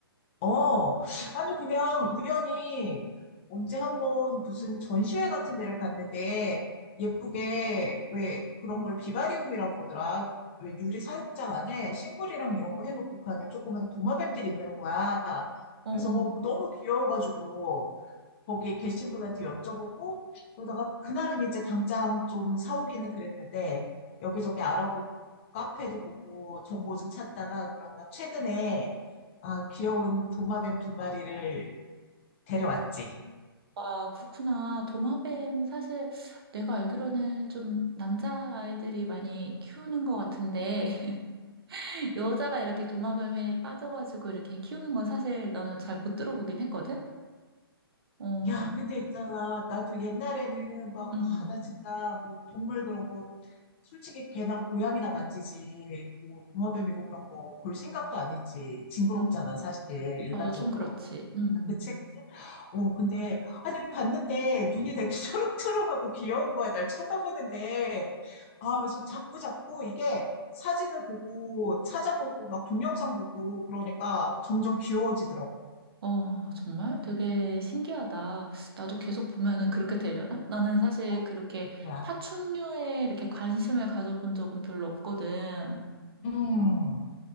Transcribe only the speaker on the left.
어, 아니, 그냥 우연히 언제 한번 무슨 전시회 같은 데를 갔는데 예쁘게 왜 그런 걸 비바리움이라고 그러더라. 왜 유리 사육장 안에 식물이랑 이런 거 해놓고 그 안에 조그만 도마뱀들이 있는 거야.
그래서
그 너무 귀여워가지고 거기 계신 분한테 여쭤보고 그러다가 그날은 이제 당장 좀 사오기는 그랬는데 여기저기 알아보고 카페도 보고 정보 좀 찾다가 그러다 최근에 아, 귀여운 도마뱀 두 마리를 데려왔지.
야, 근데 있잖아. 나도 옛날에는 막,
아, 나 진짜 뭐 동물 그런 거, 솔직히 개나 고양이나 만지지, 뭐 도마뱀이고 그런 거 볼 생각도 안 했지. 징그럽잖아,
사실, 일반적으로.
그치, 그치? 어, 근데, 아니, 봤는데 눈이 되게 <laughs> 초롱초롱하고 귀여운 거야. 날 쳐다보는데. 아, 그래서 자꾸 자꾸 이게 사진을 보고 찾아보고 막 동영상 보고 그러니까 점점 귀여워지더라고.
어,
그거야.
음.